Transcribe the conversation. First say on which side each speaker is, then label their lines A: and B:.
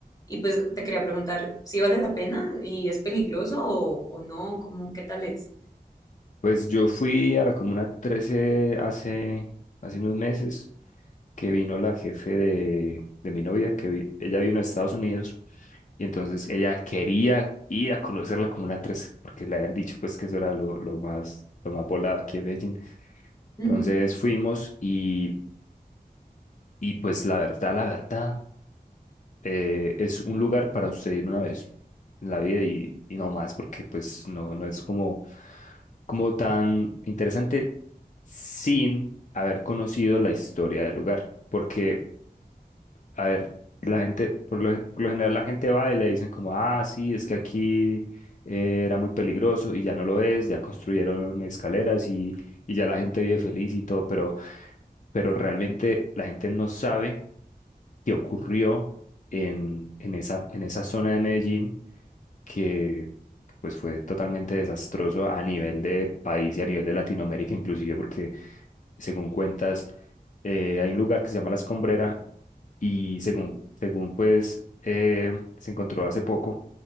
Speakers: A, on the left (about 20°); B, on the left (about 50°).
A: Y pues te quería preguntar, ¿si vale la pena y es peligroso o, o no? ¿Cómo, qué tal es?
B: pues yo fui a la Comuna 13 hace, hace unos meses, que vino la jefe de, de mi novia, que vi- ella vino a Estados Unidos, y entonces ella quería ir a conocer la Comuna 13, porque le habían dicho pues que eso era lo, lo más, lo más volado aquí en Medellín.
A: Ujú,
B: Entonces fuimos y, y pues la verdad, la verdad. eh, es un lugar para usted ir una vez en la vida y, y no más, porque pues no, no es como, como tan interesante sin haber conocido la historia del lugar. Porque, a ver, la gente, por lo, gen- por lo general la gente va y le dicen como, ah, sí, es que aquí eh, era muy peligroso y ya no lo es, ya construyeron escaleras y, y ya la gente vive feliz y todo, pero, pero realmente la gente no sabe qué ocurrió en, en esa, en esa zona de Medellín que que, pues fue totalmente desastroso a nivel de país y a nivel de Latinoamérica inclusive porque según cuentas eh, hay un lugar que se llama La Escombrera y según
A: ujú.
B: según pues eh, se encontró hace poco